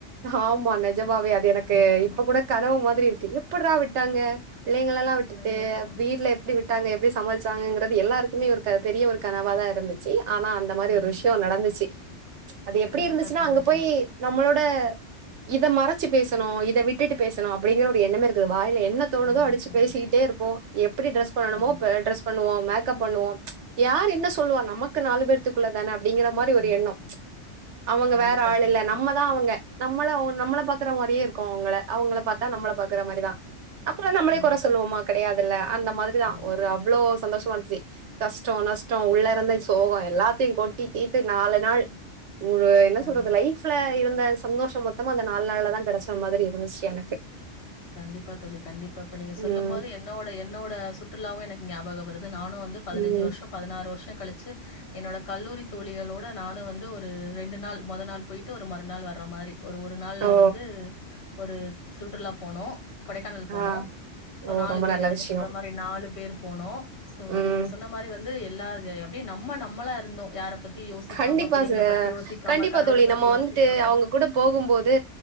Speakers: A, on the right (about 70°); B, on the left (about 60°).
A: ஆமா நெஜமாவே அது எனக்கு
B: கண்டிப்பா
A: இப்ப கூட கனவு மாதிரி இருக்கு எப்பிர்றா விட்டாங்க பிள்ளைங்களலா விட்டுட்டு
B: கண்டிப்பா
A: வீட்ல எப்டி விட்டாங்க எப்டி சமாளிச்சாங்கங்கிறது எல்லாருக்குமே ஒரு பெரிய ஒரு கனவா தா இருந்துச்சு ஆனா அந் இந்த மாரி
B: கண்டிப்பா
A: ஒரு விஷ்யோ நடந்துச்சி எப்டி
B: கண்டிப்பா
A: இருந்துஸ்ன்னா
B: தோழி
A: அங்க போய்யி நம்மளோட இத மறச்சு பேசனோ இத விட்டுட்டு பேசனோ அப்டிங்கிற ஒரு எண்ணமே இருக்காது வாய்ல என்ன
B: கண்டிப்பா
A: தோணுதோ அடிச்சு பேசிக்கிட்டே இருப்போம் எப்டி டிரெஸ் பண்ணனுமோ
B: கண்டிப்பா கண்டி
A: ப ட்ரெஸ் பண்ணுவோ மேக்கப் பண்ணுவோ யார் என்ன சொல்லுவா நமக்கு நாலு பேர்த்துக்குள்ள தானே அப்டிங்கற மாரி ஒரு
B: கண்டிப்பா
A: எண்ணோ அவங்க
B: கண்டிப்பா
A: வேற ஆள்
B: தோழி
A: இல்ல
B: கண்டி
A: நம்மதா அவங்க நம்மள அவங் நம்மள பாக்கற மாரியே இருக்கும் அவங்கள அவங்கள பாத்தா நம்மள பாக்குற மாரிதா அப்றோ நம்ளே
B: கண்டிப்பா
A: கொற சொல்லுவோமா கெடயாதுல்ல அந்த மாதிரிதா
B: ஆமா
A: ஒரு அவ்ளோ சந்தோஷமா இந்ச்சி கஷ்ட்டோ நஷ்ட்டோ உள்ளருந்த சோகோ எல்லாத்தையு கொட்டி தீத்து நாலு நாள் உங்க என்ன
B: கண்டி
A: சொல்றது லைஃப் ல இருந்த சந்தோஷ மொத்தமோ அந்த நால் நாள்லதா கெடச்ச மாதிரி இருந்துச்சு எனக்கு
B: கண்டிப்பா தோழி கண்டிப்பா இப்ப நீங்க சொல்லும்
A: ம்
B: போது என்னோட என்னோட சுற்றுலாவு எனக்கு ஞாபகம் வருது நானு வந்து பதினஞ்சு
A: ம்
B: வர்ஷோ பதினாறு வர்ஷோ கழிச்சு என்னோட கல்லூரி தோழிகளோட நானும் வந்து ஒரு ரெண்டு நாள் மொத நாள் போயிட்டு ஒரு மறுநாள் வர்ற மாறி ஒரு ஒரு நாள்ல
A: ஓ
B: வந்து ஒரு சுற்றுலா போனோம் கொடைக்கானல் போனோ
A: ஆ
B: சோ
A: ஓ
B: நாலு
A: ரொம்ப
B: பேரு
A: நல்ல
B: நீங்க
A: விஷயம்
B: சொல்ற மாறி நாலு பேர் போனோ சோ
A: ம்
B: நீங்க சொன்ன மாதிரி வந்து எல்லா அப்படியே நம்ம நம்மளா இருந்தோம் யார பத்தி யோசிக்காம
A: கண்டிப்பா
B: பிள்ளைங்கள
A: ச
B: பத்தி யோசிக்காம
A: கண்டிப்பா
B: கணவர
A: தோழி
B: பத்தி
A: நம்ம
B: யோசிக்காம
A: வந்துட்டு அவங்க கூட போகும்போது